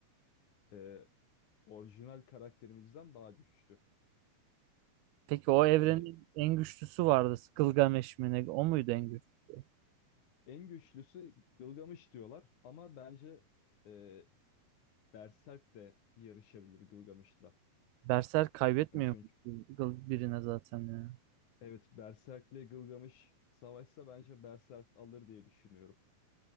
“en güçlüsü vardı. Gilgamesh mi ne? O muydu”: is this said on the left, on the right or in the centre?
Right